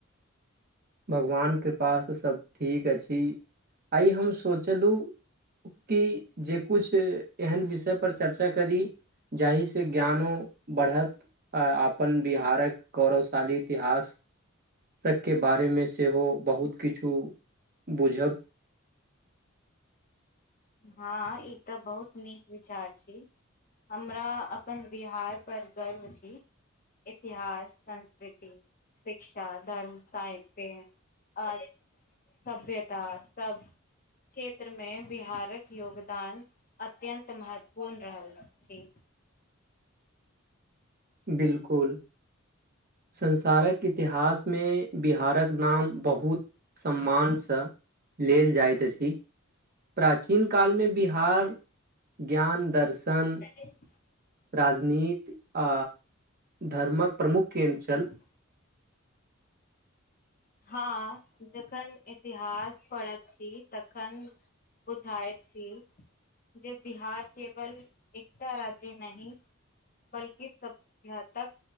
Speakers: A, on the right (about 45°); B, on the left (about 40°).
A: भगवान कृपासँ सब ठीक अछि आइ हम सोचलु कि जे कुछ एहन विषय पर चर्चा करी जाहि से ज्ञानो बढ़त आ आप अपन बिहारक गौरवशाली इतिहास शके बारेमे सेहो बहुत किछु बुझब
B: हँ ई तऽ बहुत नीक विचार छी हमरा अपन बिहार पर गर्व छी इतिहास संस्कृति शिक्षा धर्म साहित्य आ सभ्यता सब क्षेत्र मे बिहार योगदान अत्यंत महत्वपूर्ण रहल छी
A: बिलकुल संसारक इतिहास मे बिहारक नाम बहुत सम्मान सँ लेल जाइत अछि प्राचीन काल मे बिहार ज्ञान दर्शन
B: ए <unintelligible>
A: राजनीत आ धर्मक प्रमुख केन्द्र छल
B: ह <unintelligible> हँ जखन इतिहास पढ़ति छी तखन बुझाय छी जे बिहार केवल एकटा राज्य नहि बल्कि सभ्यताक